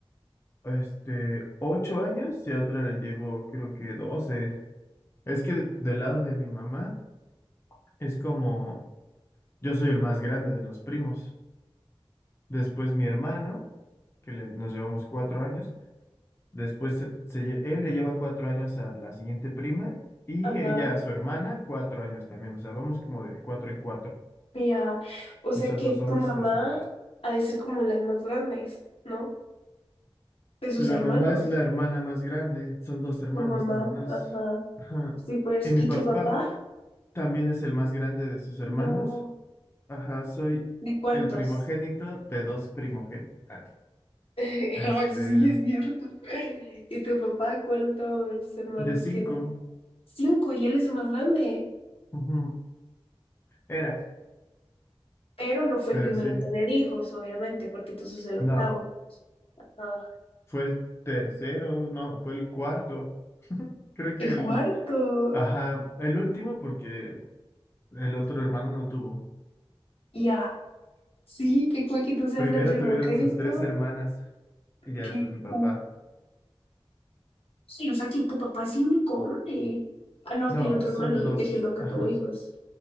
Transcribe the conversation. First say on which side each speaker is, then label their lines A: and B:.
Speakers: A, on the left; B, on the left.
A: este ocho años y a otra le llevo creo que doce. Es que de- del lado de mi mamá es como yo soy el más grande de los primos. Después mi hermano, que le- nos llevamos cuatro años, Después se- se lle- él le lleva cuatro años a la siguiente prima y
B: Ajá.
A: ella a su hermana cuatro años también. O sea, vamos como de cuatro en cuatro.
B: Ya. O sea
A: Y son
B: que
A: dos hombres
B: tu mamá
A: y dos mujeres.
B: ha de ser como las más grandes, ¿no? De sus
A: La
B: hermanos.
A: mamá es la hermana más grande. Son dos hermanas
B: Tu mamá.
A: nada más.
B: Ajá.
A: Ajá.
B: Sí, pues.
A: Y mi
B: ¿Y
A: papá
B: tu papá?
A: también es el más grande de sus hermanos.
B: No.
A: Ajá, soy
B: ¿De cuántos?
A: el primogénito de dos primogénitos. Ah,
B: <laughs>
A: Este,
B: Ah, sí, es cierto. ¿Y tu papá cuántos hermanos
A: de cinco.
B: tiene? Cinco, y él es el más grande.
A: Ujú. Era,
B: pero no fue
A: pero
B: el primero
A: sí.
B: en tener hijos, obviamente, porque tú sos el octavo.
A: No.
B: Ah,
A: Fue el tercero, no, fue el cuarto. <laughs> Creo que
B: el
A: el,
B: cuarto.
A: ajá, el último porque el otro hermano no tuvo.
B: Ya, sí, qué cool que tú seas
A: Primero
B: el primogénito.
A: tuvieron sus tres hermanas y ya
B: Qué
A: después mi papá.
B: cool. Sí, o sea que tu papá es el único hombre. Ah, no,
A: No,
B: tiene otro
A: son
B: hermano,
A: dos,
B: el que no que
A: ajá,
B: tuvo hijos.